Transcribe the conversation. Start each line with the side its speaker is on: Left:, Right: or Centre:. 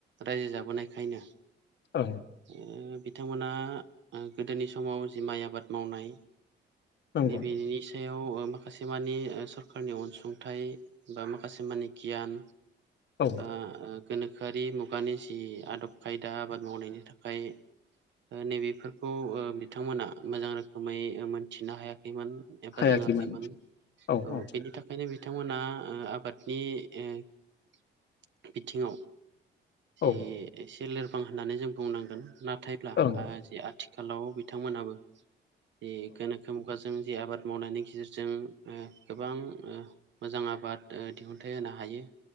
Right: रायजो जाबोनायखायनो
Left: ओं
Right: ओ बिथांमोना गोदोनि समाव जि माइ आबाद मावनाय
Left: नंगौ
Right: नैबेनि सायाव ओ मा माखासेमानि सरखारनि अनसुंथाइ बा माखासेमानि गियान
Left: औ
Right: ओ गोनोखोआरि मुगानि जि आदब खायदा आबाद मावनायनि था खाय ओ नैबेफोरखौ ओ बिथांमोना मोजां रोखोमै मोनथिनो हायाखै खैमोन एबा
Left: हायाखैमोन
Right: रोङाखैमोन
Left: औ औ
Right: बेनि थाखायनो बि बिथांमोना ओ आबादनि ओ बिथिङाव जि
Left: औ ओं
Right: एसे लोरबां होननानै जों बुंनांगोन नाथायब्ला
Left: औ ओं
Right: ओ जि आथि खालाव बिथांमोनाबो बे गोनोखो मुगाजों जों जे आबाद मावनायनि गेजेरजों ओ गोबां ओ मोजां आबाद ओ दिहुनथाइ होनो हायो